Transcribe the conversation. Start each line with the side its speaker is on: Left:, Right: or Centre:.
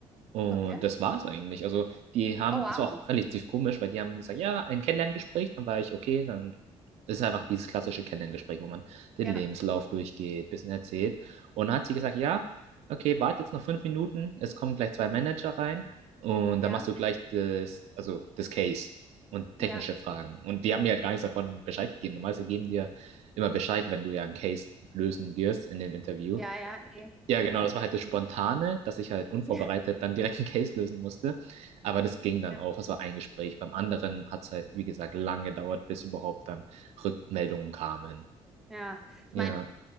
Right: Und
Centre: okay.
Right: das war's eigentlich. Also, die haben,
Centre: Oh, wow.
Right: das war auch relativ komisch, weil die haben gesagt, ja, ein Kennenlerngespräch, dann war ich, okay, dann ist einfach dieses klassische Kennenlerngespräch, wo man den
Centre: Ja,
Right: Lebenslauf durchgeht, bisschen erzählt. Und dann hat sie gesagt, ja, okay, warte jetzt noch fünf Minuten, es kommen gleich zwei Manager rein und
Centre: ja,
Right: dann machst du gleich das, also das Case und technische
Centre: ja,
Right: Fragen. Und die haben mir halt gar nichts davon Bescheid gegeben. Normalerweise geben die ja immer Bescheid, wenn du ja einen Case lösen wirst in dem Interview.
Centre: ja, ja, eh.
Right: Ja, genau, das war halt das Spontane, dass ich halt unvorbereitet
Centre: Ja,
Right: dann direkt einen Case lösen musste. Aber das ging dann
Centre: ja.
Right: auch. Es war ein Gespräch. Beim anderen hat es halt, wie gesagt, lange gedauert, bis überhaupt dann Rückmeldungen kamen.
Centre: Ja. Ich
Right: Ja,
Centre: meine,